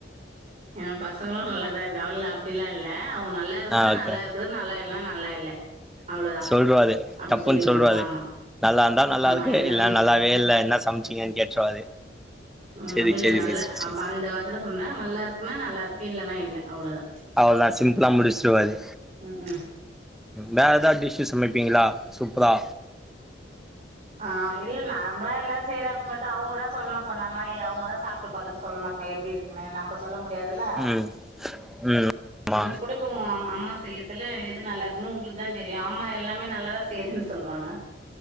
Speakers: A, on the right; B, in the centre.
A: எ பசங்ளு நல்லாதா இருக் இல்ல அப்டிலா இல்ல அவுங்க நல்லா இருக்குதுனா
B: ஆ ஓகே
A: நல்லா இருக்கு நல்லா இல்னா நல்லா இல்ல அவ்ளோதான்.
B: சொல்டுவாரு
A: அப்டி
B: டப்புன்
A: சொல்லிடுவாங்க.
B: சொல்டுவாரு
A: ஆமா.
B: நல்லார்ந்தா நல்லா
A: ஆமா
B: இருக்கு
A: எல்லாமே
B: இல்ல நல்லாவே இல்ல இன்ன சம்ச்சீங்கன் கேட்ருவாரு
A: அ
B: சேரி
A: அப்டி இல்ல
B: சேரி
A: நல்ல
B: சிஸ்டர் சேரி
A: அ அந்த வார்த்திலா சொல்லமட்டர் நல்லா இர்குனா நல்ல இருக்கு இல்லனா இல்ல அவ்ளோதா
B: அவ்ள்தா சிம்ப்லா முடிச்சுரு வாரு
A: ம்ஹ்ம்.
B: வேற எதாது டிஷ்ஷு சமப்பீங்களா சூப்பரா
A: ஆ இல்ல நார்மிலா எல்லாரு செய்ற மட்டு அவுங்கதா சொல்ணு சொன்ன மாரி அவுங்கதா சாப்ட்டு பாத்துட்டு சொல்ணு எப்டி இருக் கினு நம்ப சொல்ல முடியாதுல
B: ம் ம் ஆமா
A: நீங் கூடப் க உங் அம்மா அம்மா செய்றதுல எது நல்லா இருக்குன் உங்ளுக்குதா தெரியு அம்மா எல்லாமே நல்லாதா செய்றேன் சொல்வாங்க